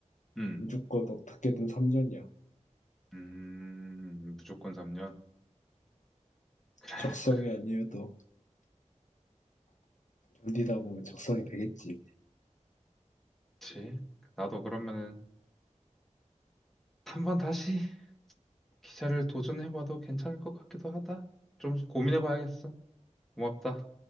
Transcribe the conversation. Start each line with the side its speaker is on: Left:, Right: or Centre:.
Centre: 음,
Left: 무조건 어떻게든 3년이야.
Centre: 음, 무조건 3년. 그래.
Left: 적성이
Centre: 그래.
Left: 아니어도 견디다 보면 적성이 되겠지.
Centre: 그치. 나도 그러면은 한번 다시 기차를 도전해봐도 괜찮을 것 같기도 하다. 좀 고민해봐야겠어. 고맙다.